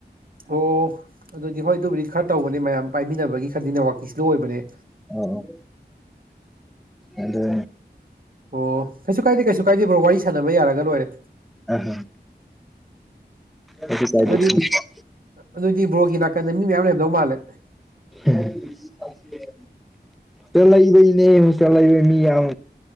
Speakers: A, on the right (about 55°); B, in the centre.
A: ꯑꯣ ꯑꯗꯨꯗꯤ ꯍꯣꯏ ꯑꯗꯨꯕꯨꯗꯤ ꯈꯔ ꯇꯧꯕꯅꯦ ꯃꯌꯥꯝ ꯄꯥꯏꯃꯤꯟꯅꯕꯒꯤ ꯈꯔꯗꯤꯅꯦꯋꯥꯛꯀꯤ ꯏꯁ ꯂꯣ ꯑꯣꯏꯕꯅꯦ
B: ꯑꯣ ꯑꯣ ꯑꯗ
A: ꯑꯣ ꯀꯩꯁꯨ ꯀꯥꯏꯗꯦ ꯀꯩꯁꯨ ꯀꯥꯏꯗꯦ ꯕ꯭ꯔꯣ ꯋꯥꯔꯤ ꯁꯥꯟꯅꯕ ꯌꯥꯔꯒ ꯂꯣꯏꯔꯦ
B: ꯑ ꯀꯩꯁꯨ ꯀꯥꯏꯗꯦ
A: ꯑꯗꯨꯗꯤ
B: ꯍꯣꯁꯇꯦꯜ
A: ꯑꯗꯨꯗꯤ ꯕ꯭ꯔꯣꯒꯤ ꯅꯥꯀꯟꯗ ꯃꯤ ꯃꯌꯥꯝ ꯂꯩꯔꯝꯗꯧ ꯃꯥꯜꯂꯦ
B: <inaudible> ꯆꯠꯂꯕꯩꯅꯦ ꯆꯠꯂꯕ ꯃꯤ ꯌꯥꯝ